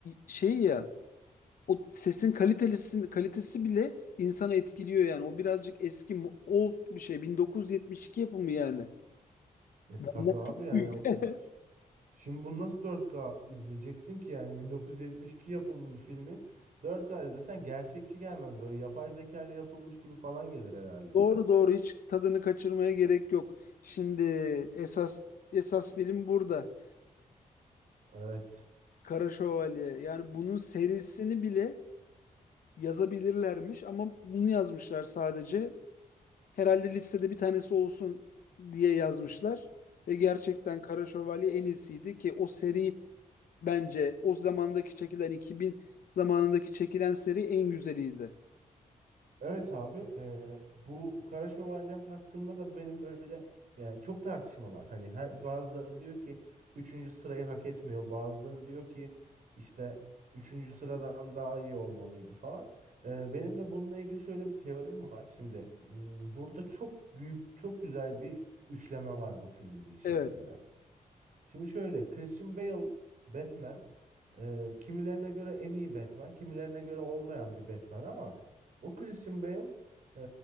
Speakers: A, on the left (about 80°); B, on the right (about 70°).
A: şey ya o sesin kalitesi kalitesi bile insanı etkiliyor yani o birazcık eski mo- old bir şey 1972 yapımı yani.
B: E
A: Benden
B: tabii abi
A: çok
B: yani
A: büyük.
B: o- ş-
A: <laughs>
B: şimdi bunu nasıl dört k izleyeceksin ki yani 1972 yapımı bir filmi dört k izlesen gerçekçi gelmez böyle yapay zeka ile yapılmış gibi falan gelir herhalde.
A: Doğru doğru hiç tadını kaçırmaya gerek yok. Şimdi esas esas film burada.
B: Evet.
A: Kara Şövalye. Yani bunun serisini bile yazabilirlermiş ama bunu yazmışlar sadece. Herhalde listede bir tanesi olsun diye yazmışlar ve gerçekten Kara Şövalye en iyisiydi ki o seri bence o zamandaki çekilen 2000 zamanındaki çekilen seri en güzeliydi.
B: Evet abi eee, bu Kara Şövalye hakkında da benim böyle yani çok tartışma var. Hani her, bazıları diyor ki üçüncü sırayı hak etmiyor. Bazıları diyor ki işte üçüncü sıradan daha iyi olmalıydı falan. Eee, benim de bununla ilgili şöyle bir teorim var. Şimdi hmm, burada çok büyük çok güzel bir üçleme var bu filmin içerisinde.
A: Evet.
B: Şimdi şöyle Christian Bale Batman e, kimilerine göre en iyi Batman, kimilerine göre olmayan bir Batman ama o Christian Bale e,